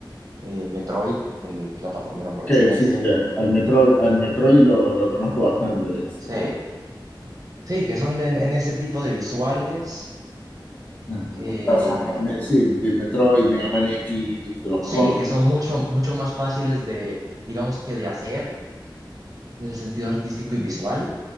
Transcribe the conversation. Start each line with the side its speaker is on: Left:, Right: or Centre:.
Right: eh, Metroid, el el plataformero por
Left: Ok,
Right: excelencia.
Left: sí, sí, al Metroid, al Metroid lo, lo conozco bastante. es,
Right: Sí.
Left: eh,
Right: Sí, que son de- en ese tipo de visuales.
Left: nada, como
Right: eh,
Left: que pasa, me- sí, de Metroid, Mega Man X, de los
Right: sí,
Left: Con.
Right: que son mucho, mucho más fáciles de, digamos que de hacer en el sentido artístico y visual.